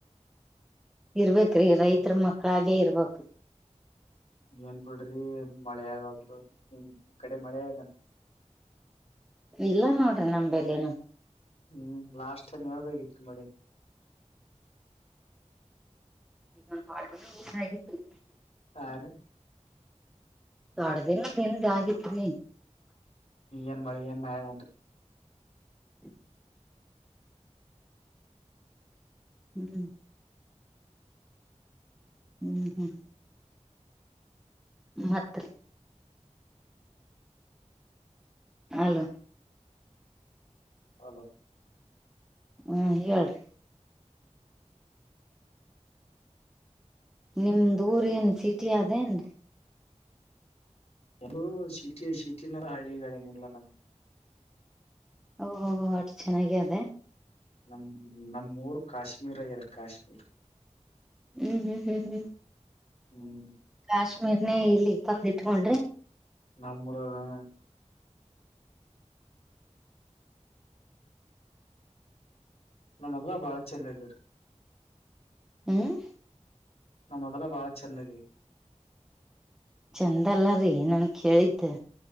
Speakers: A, in the centre; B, on the left.
A: ಇರ್ಬೇಕ್ರಿ ರೈತರ ಮಕ್ಕಳಾಗೇ ಇರ್ಬೇಕು.
B: ಏನ್ ಬಿಡ್ರಿ ಮಳೆ ಆಗವಲ್ದು ನಿಮ್ಕಡೆ ಮಳಿ ಆಗ್ಯದ ಏನ್
A: ಇಲ್ಲ ನೋಡ್ರಿ ನಂಬಲಿನು.
B: ಹ್ಮ್ ಲಾಸ್ಟ್ ಟೈಮ್ ಯಾವಾಗ್ ಆಗಿತ್ತ ಮಳಿ.
A: <unintelligible>
B: ಹಾರಿ.
A: ಎರಡು ದಿನದ ಹಿಂದ ಆಗುತ್ತರಿ.
B: ಏನ್ ಮಳಿ ಏನ್ ಆಗ್ಯದ ಹೇ.
A: <inaudible> ಹ್ಮ. ಹ್ಮ್ ಹ್ಮ್ ಮತ್ರಿ. Hello
B: hello.
A: ಹ್ಮ ಹೇಳ್ರಿ. ನಿಮ್ದೂರ್ ಏನ್ ಸಿಟಿ ಆದನ್ರೀ.
B: ಒ ಸಿಟಿ ಸಿಟಿನ ಹಳ್ಳಿಗಳೇನಿಲ್ಲ ನಮ್ಗೆ.
A: ಓಹೋ ಹೋ ಅಟ ಚೆನ್ನಾಗ ಆದ ಏನ್.
B: ನಮ ನಮ್ಮ ರ್ ಕಾಶ್ಮೀರ ಎಾರ್ ಕಾಶ್ಮೀರ್.
A: ಹ್ಮ್ ಹ್ಮ್ ಹ್ಮ್ ಹ್ಮ್
B: ಹ್ಮ್
A: ಕಾಶ್ಮೀರ್ನೆ ಇಲ್ಲಿ ತಂದಿಟ್ಕೊಂಡ್ರಿ.
B: <unintelligible> ನಾ ಮೊದ್ಲ ಬಾಳ ಚೆಂದ ಇದ್ದ ರಿ
A: ಹ್ಮ್
B: ನ ಮೊದಲ ಬಾಳ ಚಂದ.
A: ಚಂದ ಅಲ್ಲರಿ ನನ ಕೇಳಿದ್ದ.